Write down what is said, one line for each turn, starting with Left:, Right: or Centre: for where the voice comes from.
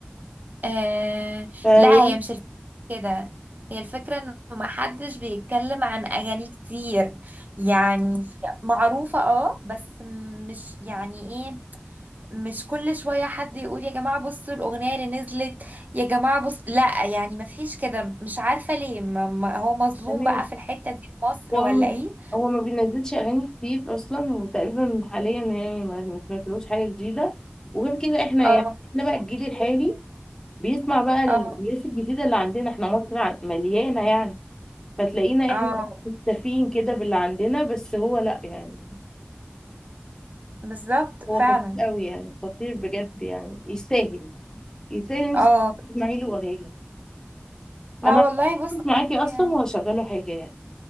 Right: آه
Left: فيعني
Right: لا هي مش الفكرة كده هي الفكرة انه محدش بيتكلم عن اغاني كتير يعني معروفة اه بس مش يعني إيه، مش كل شوية حد يقول يا جماعة بصوا الأغنية اللي نزلت يا جماعة بص لا يعني مفيش كده مش عارفة ليه ما ما- هو مظلوم
Left: تمام
Right: بقى في الحتة دي في مصر
Left: هو
Right: ولا
Left: م-
Right: ايه
Left: هو ما بينزلش اغاني كتير اصلا وتقريبا حاليا يعني ما ما سمعتلوش حاجه جديده وغير كده احنا
Right: اه
Left: يعني احنا بقى الجيل الحالي بيسمع بقى ال-
Right: اه
Left: الناس الجديده اللي عندنا احنا مصر ع- مليانه يعني فتلاقينا
Right: اه
Left: احنا مكتفيين كده باللي عندنا بس هو لا يعني
Right: بالظبط
Left: هو
Right: فعلا
Left: خطير قوي يعني خطير بجد يعني يستاهل يستاهل إن انت
Right: اه
Left: تسمعي له اغاني
Right: لا
Left: انا
Right: والله
Left: هقف
Right: بص
Left: معاكي اصلا
Right: يا-
Left: وهشغله حاجه يعني